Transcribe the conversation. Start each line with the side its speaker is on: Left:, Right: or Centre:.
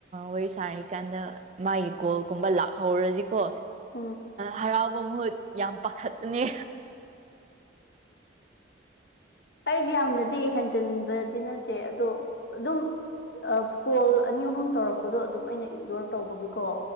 Right: ꯋꯥꯔꯤ ꯁꯥꯥꯔꯤꯀꯥꯟꯗ ꯃꯥꯒꯤ ꯀꯣꯜꯒꯨꯝꯕ ꯂꯥꯛꯍꯧꯔꯗꯤꯀꯣ
Left: ꯎꯝ꯫
Right: ꯍꯔꯥꯎꯕ ꯃꯍꯨꯠ ꯌꯥꯝ ꯄꯥꯈꯠꯄꯅꯦ
Left: ꯑꯩꯗꯤ ꯌꯥꯝꯅꯗꯤ ꯍꯦꯟꯖꯤꯟꯕꯗꯤ ꯅꯠꯇꯦ ꯑꯗꯣ ꯑꯗꯨꯝ ꯀꯣꯜ ꯑꯅꯤ ꯑꯍꯨꯝ ꯇꯧꯔꯛꯄꯗꯣ ꯑꯗꯨꯝ ꯑꯩꯅ ꯏꯛꯅꯣꯔ ꯇꯧꯕꯒꯤꯀꯣ꯫